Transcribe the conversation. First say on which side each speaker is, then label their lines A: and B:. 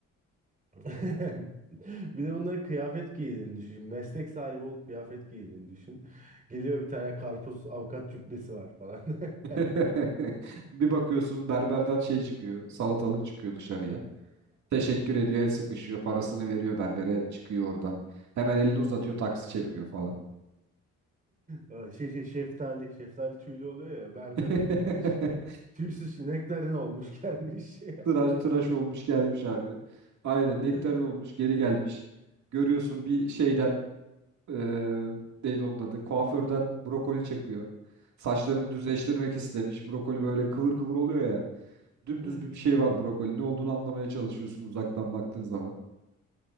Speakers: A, on the right; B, on the right.
A: <laughs> bir de bunları kıyafet giydiğini düşün. Meslek sahibi olup kıyafet giydiğini düşün. Geliyor bir tane karpuz avukat cübbesi var falan.
B: <laughs>
A: <laughs>
B: Bir bakıyorsun berberden şey çıkıyor, salatalık çıkıyor dışarıya. Teşekkür ediyor, el sıkışıyor, parasını veriyor berbere, çıkıyor oradan. Hemen elini uzatıyor, taksi çeviriyor falan.
A: Aa, Şey şey şeftali, şeftali tüylü oluyor ya berbere
B: <laughs>
A: gitmiş. Tüysüz ineklerin olmuş gelmiş.
B: Tıraş tıraş olmuş gelmiş abi. Aynen nektar
A: <laughs>
B: olmuş geri gelmiş. Görüyorsun bir şeyden eee neydi onun adı? Kuaförden brokoli çekiyor. Saçlarını düzleştirmek istemiş. Brokoli böyle kıvır kıvır oluyor ya. Dümdüz
A: Ya,
B: bir şey var brokoli. Ne olduğunu anlamaya çalışıyorsun uzaktan baktığın zaman.